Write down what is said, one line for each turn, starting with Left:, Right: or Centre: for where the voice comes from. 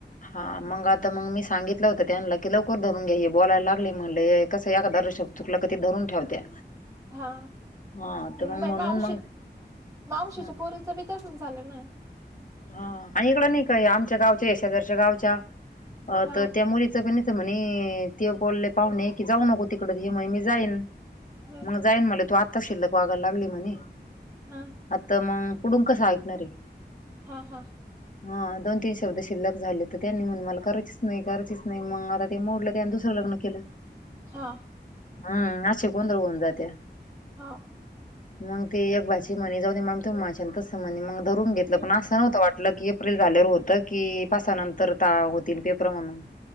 Left: हा मग आता मग मी सांगितलं होत त्यांना की लवकर धरून घ्याईे बोलायला. म्हणले कसं या हिशोब चुकलं की कशी धरून ठेवत्या.
Right: हा
Left: हा
Right: मग
Left: तर
Right: म
Left: म्हणून
Right: मावशी
Left: मग
Right: मावशीच्या
Left: हा
Right: पोरीचं बी तसच झालं ना.
Left: हा आणि इकडं नाही का आमच्या गावच्या शेजारच्या गावच्या
Right: हा
Left: तर त्या मुलीच पण म्हणे ते बोलले पाहुणे की जाऊ नको तिकड हे म्हणे मी जाईन
Right: हम्म
Left: मग जाईन मला तू आता शिल्लक वागायला लागली म्हणे
Right: हा
Left: आता मग पुढून कसं ऐकणार आहे.
Right: हा हा.
Left: हा दोन तीन शब्द शिल्लक झाले तर त्यांनी म्हण मला करायचीच नाही करायच नाही मग आता ते मोडलं अन् त्यान दुसरं लग्न केलं.
Right: हा.
Left: हम्म अशी गोंधळ हो न जात्या.
Right: हा.
Left: मग ते एक भाची म्हणे जाऊ मामी त माझ तसं म्हणे मग धरून
Right: हम्म
Left: घेतलं. पण असं नव्हतं वाटलं की एप्रिल झाल्यावर होतं की पासानंतर ता तीन पेपर म्हणून